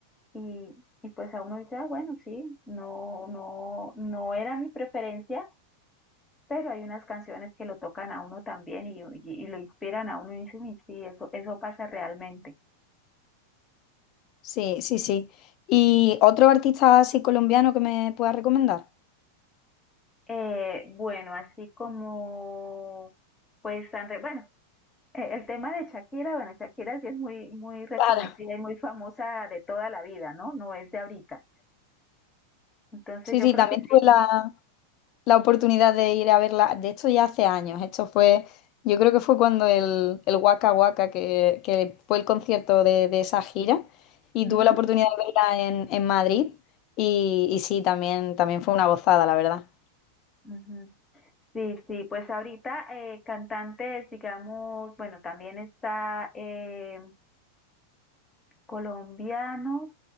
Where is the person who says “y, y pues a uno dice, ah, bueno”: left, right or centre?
Left